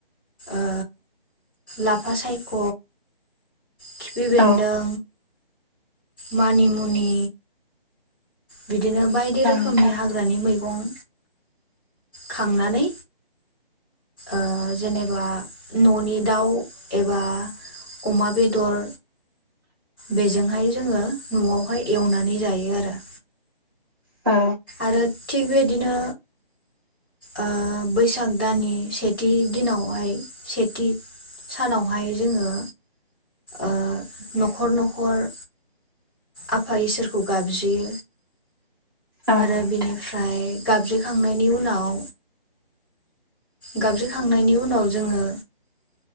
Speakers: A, on the left; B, on the right.
A: ओ लाफा सायख', खिफि बेन्दों
B: औ
A: मानिमुनि बिदिनो बायदि
B: औ
A: रोखोमनि
B: नोंथां
A: हा ग्रानि मैगं खांनानै ओ जेनेबा न'नि दाउ एबा अमा बेदर बेजोंहाय जोंङो न'आवहाय एवनानै जायो आरो।
B: आ।
A: आरो थिग बेबायदिनो ओ बैसाग दान सेथि दिनावहाय सेथि सानावहाय जोंङो ओ न'खर न'खर आफा इसोरखौ गाबज्रियो
B: औ
A: आरो
B: नोंथां
A: बिनिफ्राय गाबज्रिखांनायनि उनाव गाबज्रिखांनायनि उनाव जोंङो